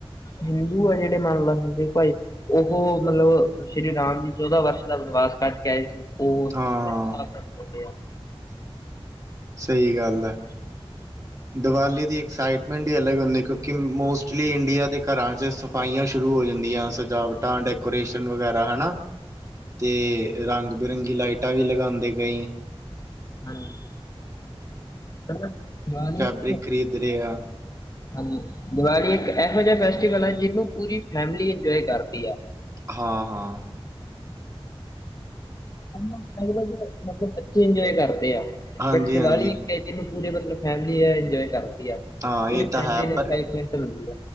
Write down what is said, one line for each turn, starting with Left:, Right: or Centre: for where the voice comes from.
Left: ਹਿੰਦੂ ਆ ਜੇੜੇ ਮੰਨ ਲੋ ਹੁੰਦੇ ਭਾਈ ਓਹੋ ਮਤਲਬ ਸ਼੍ਰੀ ਰਾਮ ਜੀ ਚੌਦਾਂ ਵਰਸ਼ ਦਾ ਬਨਵਾਸ ਕੱਟ ਕੇ ਆਏ ਸੀ। ਉਹ
Right: ਹਾਂ
Left: <unintelligible>
Right: ਸਈ ਗੱਲ ਐ। ਦੀਵਾਲੀ ਦੀ ਐਕਸਾਈਟਮੈਂਟ ਈ ਅਲੱਗ ਹੁੰਦੀ ਕਿਉਂਕਿ ਮੋਸਟਲੀ ਇੰਡੀਆ ਦੇ ਘਰਾਂ 'ਚ ਸਫਾਈਆਂ ਸ਼ੁਰੂ ਹੋ ਜਾਂਦੀਆਂ ਸਜਾਵਟਾਂ, ਡੈਕੋਰੇਸ਼ਨ ਵਗੈਰਾ ਹਨਾ। ਤੇ ਰੰਗ ਬਿਰੰਗੀ ਲਾਈਟਾਂ ਵੀ ਲਗਾਂਦੇ ਕਈ
Left: <unintelligible>
Right: ਬਰਿਕ ਖਰੀਦ ਰੇਆ।
Left: ਹਾਂਜੀ। ਦੀਵਾਲੀ ਇੱਕ ਐਹੋ ਜਾ ਫੈਸਟੀਵਲ ਐ ਜਿਨੂੰ ਪੂਰੀ ਫੈਮਲੀ ਇੰਜੋਏ ਕਰਦੀ ਐ।
Right: ਹਾਂ ਹਾਂ।
Left: ਮਤਲਬ ਬੱਚੇ ਇੰਜੋਏ ਕਰਦੇ ਆ
Right: ਹਾਂਜੀ
Left: ਬਟ ਦੀਵਾਲੀ
Right: ਹਾਂਜੀ
Left: ਕਈ ਦਿਨ ਪੂਰੇ ਮਤਲਬ ਫੈਮਿਲੀ ਇੰਜੋਏ ਕਰਦੀ ਆ
Right: ਹਾਂ ਇਹ
Left: ਪੂਰੀ
Right: ਤਾਂ
Left: ਫੈਮਿਲੀ
Right: ਹੈ
Left: ਐਕਸਾਈਟਮੈਂਟ
Right: ਪਰ
Left: ਹੁੰਦੀ ਐ।